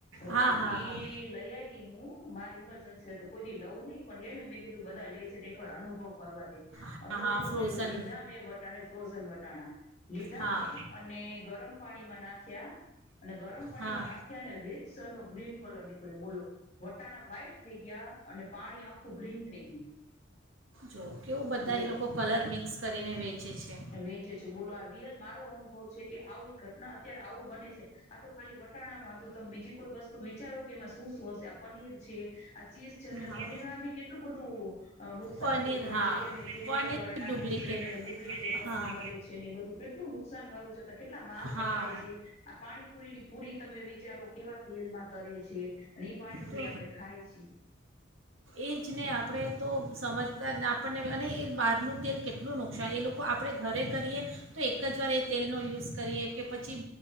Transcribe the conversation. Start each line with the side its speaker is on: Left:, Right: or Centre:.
Left: રોસ્ટેડ
Right: હા હા
Left: ઈ
Right: હા
Left: લઈ આવી હું મારી ઇમરજન્સી તો કોઈ દી લઉ નહી પણ લેને મે કીધું બધા લે તો એકર અનુભવ કરવા દે
Right: હા
Left: અનુભવ.
Right: હા ફ્રોઝન
Left: લીધા મેં વટાણે ફ્રોઝન વટાણા લીધા
Right: હા
Left: મે અને ગરમ પાણીમાં નાખ્યા અને ગરમ પાણીમાં
Right: હા
Left: નાખ્યા અને રેજ સર નો ગ્રીન કલર નીકળ્યો બોલો વટાણા વ્હાઈટ થઈ ગયા અને પાણી આખું ગ્રીન થઈ ગયું.
Right: જો કેવું બધા
Left: બોલો
Right: એ લોકો કલર મિક્સ કરીને વેચે છે
Left: વેચે છે બોલો આ રિયલ મારો અનુભવ છે કે આવી ઘટના અત્યારે આવું બને છે આ. ખાલી વટાણામાં તો તમે બીજી કોઈ વસ્તુ વિચારો કે એમાં શું શું હશે આ પનીર છે. આ ચીઝ છે તે
Right: હા
Left: પનીરમાં ભી કેટલું બધું નુકસાન
Right: પનીર
Left: ઓલું કરે
Right: હા
Left: છે કેમે કેમિકલ
Right: પનીર
Left: વાળા નાખી.
Right: ડુપ્લિકેટ
Left: ને ડુપ્લિકેટ પનીર
Right: હા
Left: મળે છે ને એ બધું કેટલું નુકસાન વાળું છે. કેટલા માલ
Right: હા
Left: પકડાય છે આ પાણીપુરી ની પૂરી તમે વિચારો કેવા તેલમાં તરે જે અને એ પાણીપુરી
Right: તો
Left: આપડે ખાય છી.
Right: એ જને આપણે તો સમજતા આપણને અને એ બહારનું તેલ કેટલું નુકસાન એ લોકો આપણે ઘરે કરીએ તો એક જ વાર એ તેલનો યુઝ કરીએ કે પછી